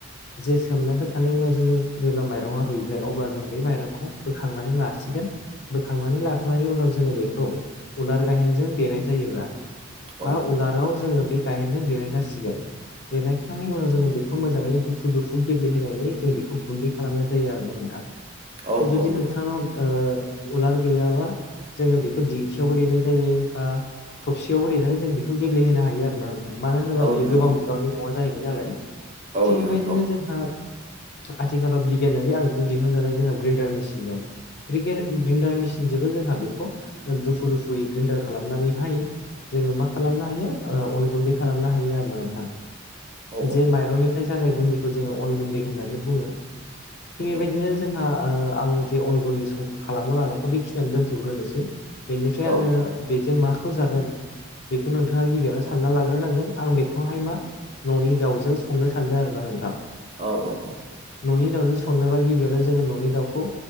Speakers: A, on the left; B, on the right.
A: जे सोमना दोनखांनायनि उनाव जोङो जेब्ला माइरङा रुइबाय अब्ला जों बे माइरंखौ बोखांनानै लासिगोन। बोखांनानै लाखांनायनि उनाव जोङो बेखौ उलार गाहेनजों देनाय जायो बा
B: औ
A: बा उलाराव जोङो बे गाहेनजों देनाय जासिगोन। देनायखांनायनि उनाव जोङो बे खौ मोजाङै दुफु दुफु गेब्लेहोनानै जों बेखौ गुन्दै खालामनाय जायो आरोना नोंथां।
B: औ
A: जुदि
B: औ नंगौ
A: नोंथांनाव ओ उलार गैयाबा जोङो बेखौ दिंखियावबो देनाय जायो बा सियावबो दैेनानै जों बेखौ गेब्लेहोनो हायो आरोना नोंथा मानो होनोबा
B: औ नोंथां
A: बेयो गोबां
B: औ
A: बिबांनि नङा जाहैबाय नालाय।
B: औ
A: थिग
B: नोंथां
A: बेबायदिनो
B: औ
A: जोंहा आथिखालाव बिगियानारि आदबखौ दिहुनजानाय जोंहा ग्रेन्डार मेसिन दं। बे ग्रि-ग्रिन्डार मेसिनजोंबो जोंहा बेखौ दुफु दुफुयै ग्रिन्डार खालामनानैहाय जोङो मा खालामनो हायो अन गुन्दै खालामनो हायो आरोना नोंथां।
B: औ
A: जे माइरंनि फ्राय जानाय गुन्दैखौ जोङो अन गुन्दै होननानै बुङो। थिग
B: औ
A: बेबायदिनो जोंहा ओ आं जे अनगुन्दै खालामना लानायखौ बेखिनियावानो दोनथ'ग्रोनोसै। बेनिफ्राय
B: औ
A: आङो बेजों माखौ जागोन बेखौ नोंथाङा गिबियावनो सानना लाग्रोनांगोन। आं बेखौहाय मा न'नि दाउजों संनो सानदों आरोना नोंथां।
B: औ औ औ।
A: न'नि दाउजों संनोबा गिबियावनो जोङो न'नि दाउखौ